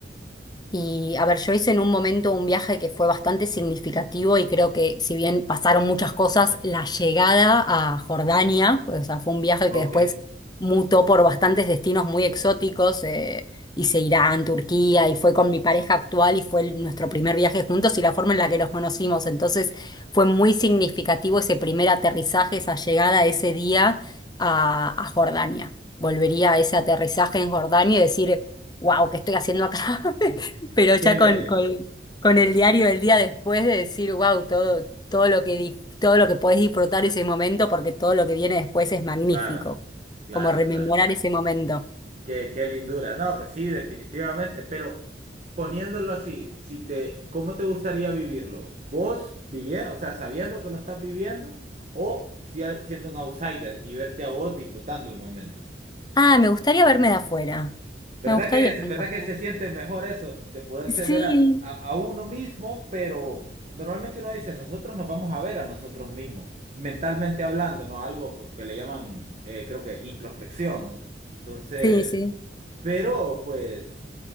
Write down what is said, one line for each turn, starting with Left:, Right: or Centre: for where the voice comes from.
Left: Y a ver, yo hice en un momento un viaje que fue bastante significativo y creo que si bien pasaron muchas cosas, la llegada a Jordania, o sea, fue un viaje
Right: ok.
Left: que después mutó por bastantes destinos muy exóticos, eh, hice Irán, Turquía y fue con mi pareja actual y fue el- nuestro primer viaje juntos y la forma en la que nos conocimos. Entonces fue muy significativo ese primer aterrizaje, esa llegada ese día a, a Jordania. Volvería a ese aterrizaje en Jordania y decir, wow, ¿qué estoy haciendo acá? <laughs>
Right: <laughs>
Left: Pero ya
Right: ¿Qué le?
Left: con, con, con el diario del día después de decir, wow, todo, todo lo que di- todo lo que podés disfrutar ese momento, porque todo lo que viene después es magnífico.
Right: Claro, claro,
Left: Como rememorar
Right: claro.
Left: ese momento.
Right: Qué, qué lindura. No, pues sí, definitivamente, pero poniéndolo así, si te, ¿cómo te gustaría vivirlo? ¿Vos viviendo, o sea, sabiendo que lo estás viviendo o si- siendo un outsider y verte a vos disfrutando el momento?
Left: Ah, me gustaría verme de afuera.
Right: ¿Verdad
Left: Me gustaría
Right: que, es-
Left: verlo.
Right: verdad que
Left: ¿no?
Right: se siente mejor eso de poderse
Left: Sí,
Right: ver a, a, a uno mismo, pero normalmente uno dice, nosotros nos vamos a ver a nosotros mismos, mentalmente hablando, ¿no? Algo co- que le llaman, eh, creo que introspección, ¿no? Entonces...
Left: sí, sí.
Right: Pero, pues,